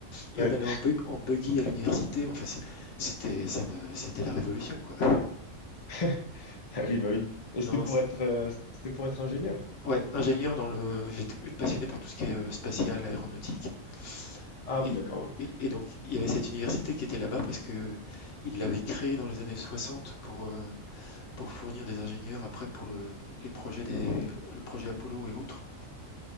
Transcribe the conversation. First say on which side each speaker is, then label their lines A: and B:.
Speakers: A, on the left; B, on the left.
A: Et
B: oui.
A: on allait
B: Ouais.
A: en, bu- en buggy à l'université. Enfin, c'est- c'était, ça me, c'était la révolution, quoi.
B: <laughs> Ah oui, bah oui. Et c'était
A: Non, non,
B: pour
A: c'est-
B: être, euh, c'était pour être ingénieur?
A: ouais, ingénieur dans le. J'étais passionné
B: Oh,
A: par
B: d'accord.
A: tout ce qui est euh, spatial, aéronautique.
B: Ah
A: Et,
B: oui, d'accord. ouais.
A: et, et donc, il y avait cette université qui était là-bas parce que il l'avait créée dans les années 60 pour. euh, pour fournir des ingénieurs après pour le les projets des le projet Apollo et autres.